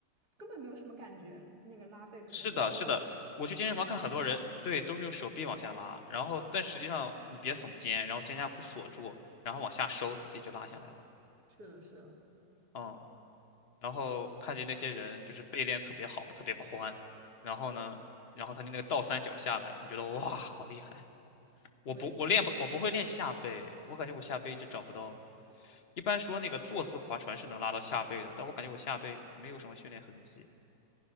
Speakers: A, on the right; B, on the left.
A: 根本没有什么感觉，那个拉背可能更多的
B: 是的，是的，我去健身房看很多人，
A: 手臂在。
B: 对，都是用手臂往下拉，然后但实际上你别耸肩，然后肩胛骨锁住，然后往下收，它自己就拉下来了。
A: 是的，是的，
B: 嗯，然后看见那些人就是背练得特别好嘛，特别宽，然后呢，然后他的那个倒三角下来，我觉得哇，好厉害！我不，
A: 我也想要，
B: 我练不，我不会练下背，我感觉我下背一直找不到。一般说那个坐姿划船是能拉到下背的，但我感觉我下背没有什么训练痕迹。